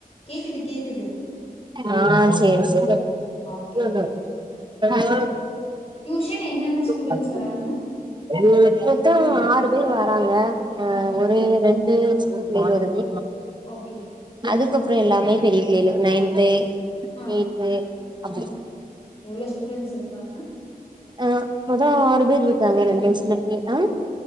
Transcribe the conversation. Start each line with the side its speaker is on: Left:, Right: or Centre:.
Left: கேக்குது கேக்குது
Right: ஆ சேரி சேரி
Left: ஓகே
Right: இ எ
Left: ஓகேங்
Right: சொ
Left: டியூஷன் என்னென்ன ஸ்டூடெண்ட்ஸ்
Right: <unintelligible>
Left: வராங்க
Right: பொத்தா ஆறு பேர் வராங்க அஹ
Left: ஆ
Right: ஒரு ரெண்டு சின்ன பிள்ளலு வருது
Left: ஓகே
Right: அதுக்கப்றோ எல்லாமே பெரிய பிள்ளலு நைன்த்து
Left: ஆ
Right: எய்ட்த்து அப்டி
Left: ஆ எவ்ளோ ஸ்டூடெண்ஸ் இருக்காங்க
Right: ஆஹ் மொதம் ஆறு பேர் இருக்காங்க ரெண்டு வயசலக்கு ஆஹ்